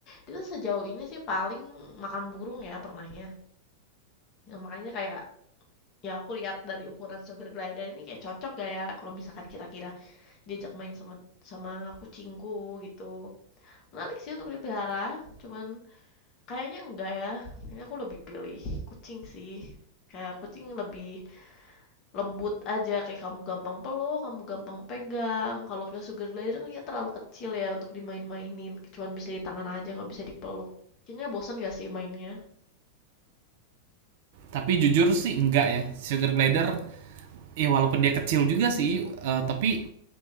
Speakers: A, on the left; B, on the right.
A: Itu sejauh ini sih paling makan burung ya pernahnya. Ya makanya kayak, ya aku lihat dari ukuran sugar glider ini kayak cocok gak ya kalau misalkan kira-kira diajak main sama sama kucingku gitu. Menarik sih untuk dipelihara, cuman kayaknya enggak ya, kayaknya aku lebih pilih kucing sih. Kayak kucing lebih Lembut aja kayak kamu gampang peluk, kamu gampang pegang. Kalau ke sugar glider kan kayaknya terlalu kecil ya untuk dimain-mainin, cuman bisa di tangan aja nggak bisa dipeluk. Kayaknya bosan gak sih mainnya?
B: tapi jujur sih enggak ya sugar glider ya walaupun dia kecil juga sih eh, tapi